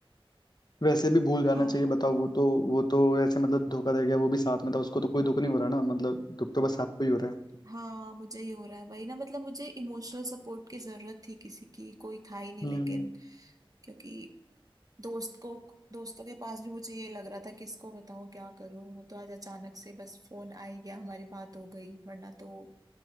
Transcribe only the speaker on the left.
वैसे भी भूल जाना
चाहिए बताओ वो तो वो तो ऐसे मतलब धोखा दे गया वो भी साथ में था उसको तो कोई दुख नहीं हो रहा ना मतलब दुख तो बस आपको ही हो रहा है
हम्म